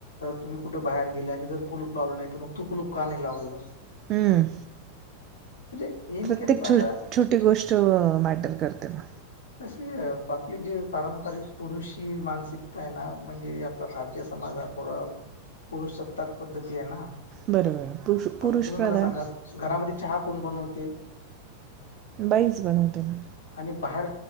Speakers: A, on the left; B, on the right.
A: तुम्ही कुठ बाहेर गेले आणि जर कुलूप लावलं नाही त मग तू कुलूप का नाही लावलं?
B: हम्म.
A: म्हणजे इनकेन
B: प्रत्येक
A: आता
B: छो छोटी गोष्ट मॅटर करते मग.
A: तशी आपली जे पारंपरिक पुरुषी मानसिकताये ना. म्हणजे आपला भारतीय समाज हा थोडा पुरुषसत्ताक पद्धतीये ना.
B: बरोबर बरं. पुरुष पुरुष
A: आता तुम्ही
B: प्रधान
A: मला सांगात घरामध्ये चहा कोण बनवते?
B: बाईच बनवते ना.
A: आणि बाहेर